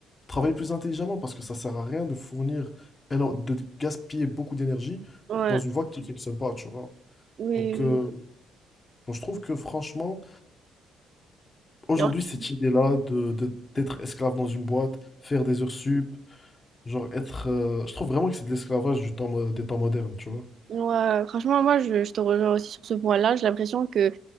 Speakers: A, on the left (about 30°); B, on the right (about 60°).
A: travailler plus intelligemment, parce que ça sert à rien de fournir, éno- de gaspiller beaucoup d'énergie
B: ouais,
A: dans une voie qui ne fonctionne pas, tu vois.
B: oui,
A: Donc,
B: oui,
A: euh,
B: oui.
A: donc, je trouve que franchement, aujourd'hui,
B: Genre, tu-
A: cette idée-là de, de- d'être esclave dans une boîte, faire des heures sup, genre être... euh, je trouve vraiment que c'est de l'esclavage du temps, mo- des temps modernes, tu vois.
B: ouais, franchement, moi, je, je te rejoins aussi sur ce point-là. J'ai l'impression que